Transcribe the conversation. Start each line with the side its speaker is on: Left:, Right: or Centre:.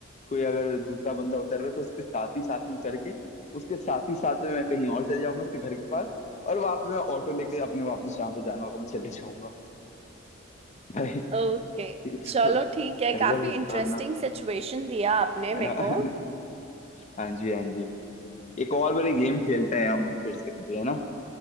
Left: कोई अगर दूसरा बंदा उतर रहा है तो उसके साथ ही साथ में उतर के उसके साथ ही साथ में मैं कहीं और चले जाऊंगा उसके घर के पास और वहां पे मैं ऑटो लेके अपने वापस जहाँ पे जाना होगा मैं चले जाऊंगा भाई
Right: ओके
Left: ये
Right: चलो
Left: तो
Right: ठीक है
Left: अलग
Right: काफी
Left: ही डरावना
Right: इंटरेस्टिंग सिचुएशन दिया आपने
Left: है
Right: मेरे
Left: ना <laughs>
Right: को
Left: हाँ जी हाँ जी एक और बड़ी गेम खेलते हैं हम फिर से कभी है ना